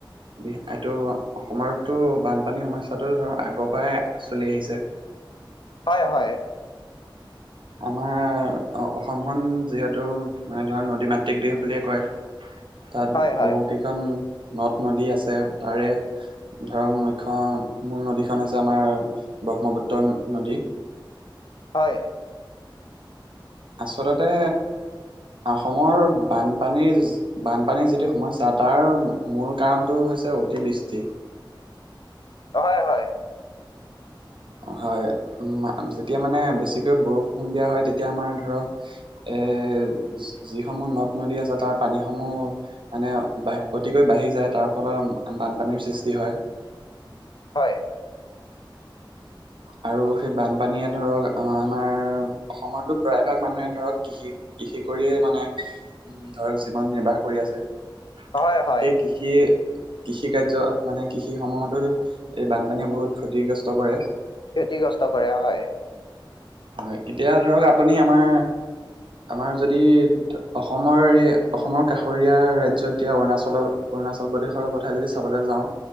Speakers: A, on the right; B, on the left.
A: বি এইটো অসমৰটো বানপানী সমস্যাটো ধৰ আগৰ পৰাই চলি আহিছে।
B: হয়, হয়।
A: আমাৰ অ-অসমখন যিহেতু মানে ধৰ নদী মাতৃক দেশ বুলিয়ে কয়। তাত
B: হয় হয়
A: বহু কেইখন নদ - নদী আছে তাৰে ধৰক মুখ্য মূল নদীখন হৈছে আমাৰ ব্ৰহ্মপুত্ৰ নদী।
B: হয়।
A: আচলতে অসমৰ বানপানীৰ বানপানীৰ যিটো সমস্যা তাৰ মূল কাৰণটো হৈছে অতিবৃষ্টি।
B: অ হয়, হয়।
A: অ, হয়। উম, মা যেতিয়া মানে বেছিকৈ বৰষুণ দিয়া হয় তেতিয়া আমাৰ ধৰক এ যি-যিসমূহ নদ - নদী আছে তাৰ পানীসমূহ মানে বা অতিকৈ বাঢ়ি যায় তাৰ ফলত বানপানীৰ সৃষ্টি হয়।
B: হয়।
A: আৰু সেই বানপানীয়ে ধৰক আমাৰ অসমৰতো প্ৰায় ভাগ মানুহে ধৰক কৃষি-কৃষি কৰিয়ে মানে উম ধৰক জীৱন নিৰ্বাহ কৰি আছে। সেই
B: হয় হয়
A: কৃ <unintelligible> কৃষিকাৰ্যত মানে কৃষিসমূহতো এই বানপানীয়ে বহুত ক্ষতিগ্ৰস্ত কৰে।
B: ক্ষতিগ্ৰস্ত কৰে হয়।
A: হয়। এতিয়া ধৰক আপুনি আমাৰ আমাৰ যদি অসমৰ এ অসমৰ কাষৰীয়া ৰাজ্যত এতিয়া অৰুণাচলৰ অৰুণাচল প্ৰদেশৰ কথা যদি চাবলৈ যাওঁ